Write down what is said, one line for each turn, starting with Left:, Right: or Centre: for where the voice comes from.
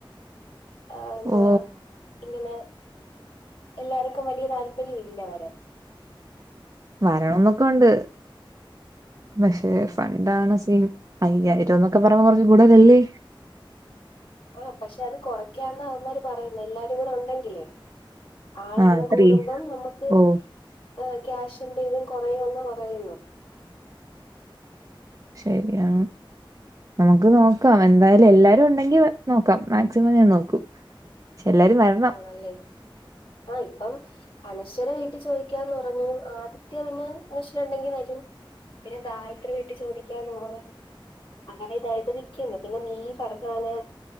Left: ആ എന്തുവാ
Right: ഓ
Left: ഇങ്ങനെ എല്ലാരിക്കും വലിയ താല്പര്യം ഇല്ല അവരെ
Right: വരണംന്നൊക്കെ ഉണ്ട് പക്ഷെ ഫണ്ടാണ് സീൻ അയ്യായിരംന്നൊക്കെ പറയുമ്പോ കുറച്ച് കൂടുതലല്ലേ
Left: ആഹ് പക്ഷെ അത് കുറക്കാന്ന് അവന്മാര് പറയുന്ന എല്ലാരും കൂടെ ഉണ്ടെങ്കില് ആളെണ്ണം
Right: ആഹ് ത്രീ
Left: കൂടുമ്പം നമ്മുക്ക്
Right: ഓ
Left: ആഹ് ക്യാഷിന്റെ ഇതും കുറയുംന്നാ പറയുന്നു
Right: ശരിയാ നമുക്ക് നോക്കാം എന്തായാലും എല്ലാരും ഉണ്ടെങ്കി നോക്കാം മാക്സിമം ഞാൻ നോക്കും ചെല്ലാരുവാ
Left: അല്ലേ ആ ഇപ്പം അനശ്വര വീട്ടിൽ ചോദിക്കാന്ന് പറഞ്ഞു ആദ്യത്യ പിന്നെ അനശ്വര ഉണ്ടെങ്കി വരും പിന്നെ ഗായത്രി വീട്ടിൽ ചോദിക്കാന്ന് പറഞ്ഞു അങ്ങനെ ഇതായിട്ട് നിക്കുന്ന് പിന്നെ നീ പറഞ്ഞാന്